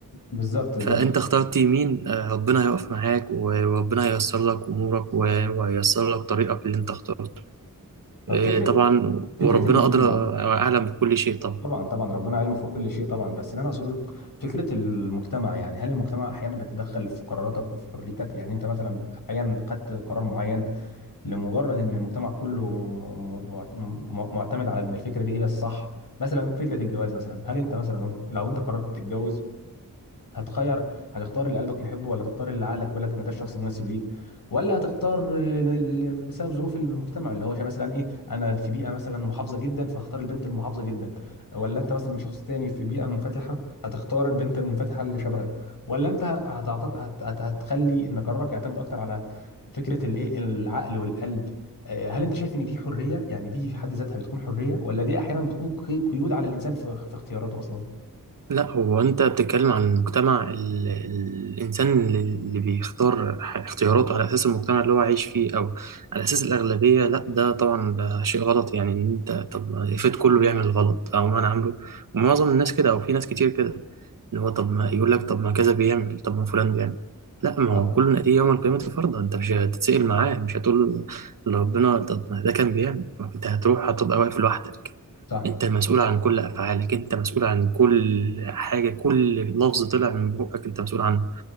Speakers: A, on the left; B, on the right.
A: بالظبط ده
B: فانت اخترت يمين آه، ربنا هيقف معاك و- وربنا هييسر لك امورك و- وهييسر لك طريقك اللي انت اخترته
A: طب
B: آه،
A: فكرة
B: طبعا
A: فكرة
B: وربنا
A: المجتمع
B: ادرى واعلم بكل شيء طبعا
A: طبعا طبعا ربنا علمه فوق كل شيء طبعا بس اللي انا اقصده فكره المجتمع يعني هل المجتمع احيانا بيتدخل في قراراتك وفي حريتك يعني انت مثلا احيانا خدت قرار معين لمجرد ان المجتمع كله م- مع- م- معتمد على ان الفكره دي هي الصح مثلا فكره الجواز مثلا هل انت مثلا لو انت قررت تتجوز هتخير هتختار اللي قلبك يحبه ولا تختار اللي عقلك يقول لك ان ده الشخص المناسب ليك ولا هتختار ال- بسبب ظروف المجتمع اللي هو مثلا ايه انا في بيئه مثلا محافظه جدا فهختار البنت المحافظه جدا ولا انت مثلا شخص تاني في بيئه منفتحه هتختار البنت المنفتحه اللي شبهك ولا انت هتعتق... هت... هت... هتخلي ان قرارك يعتمد اكتر على فكره الايه العقل والقلب آه، هل انت شايف ان دي حريه يعني دي في حد ذاتها بتكون حريه ولا دي احيانا بتكون قي- قيود على الانسان في في اختياراته اصلا
B: لا هو انت بتتكلم عن المجتمع ال... ال- الانسان اللي اللي بيختار ح- اختياراته على اساس المجتمع اللي هو عايش فيه او على اساس الاغلبيه لا ده طبعا ده شيء غلط يعني ان انت طب ما افرض كله بيعمل الغلط او ما انا عامله ومعظم الناس كده او في ناس كتير كده ان هو طب ما يقول لك طب ما كذا بيعمل طب ما فلان بيعمل لا ما
A: صح
B: هو كل ناتيه يوم القيامه فرضا انت مش هتتسأل معاه مش هتقول لربنا طب ما ده كان بيعمل ما انت هتروح هتبقى واقف لوحدك
A: صح
B: انت مسؤول عن كل افعالك انت مسؤول عن كل حاجه كل لفظ طلع من بقك انت مسؤول عنه